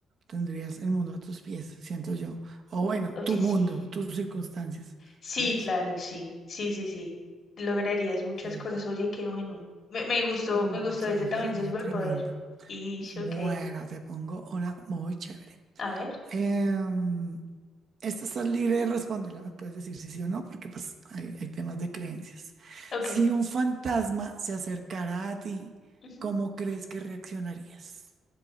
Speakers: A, on the right; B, on the left.
A: tendrías el mundo a tus pies, siento yo. O bueno,
B: Oye,
A: tu mundo,
B: sí.
A: tus circunstancias,
B: Sí,
A: ¿sabes?
B: claro, sí. Sí, sí, sí. Lograrías muchas
A: Sí,
B: cosas. Oye, qué bueno. Me, me gustó,
A: Mm,
B: me gustó
A: sí,
B: ese
A: eso
B: también,
A: sería
B: ese superpoder.
A: tremendo.
B: Y,
A: Bueno,
B: sí, ok.
A: te pongo una muy chévere.
B: A ver,
A: Em, esta está libre de responderla, me puedes decir si sí o no, porque pues hay, hay temas de creencias.
B: ok.
A: Si un fantasma se acercara a ti,
B: ujú.
A: ¿cómo crees que reaccionarías?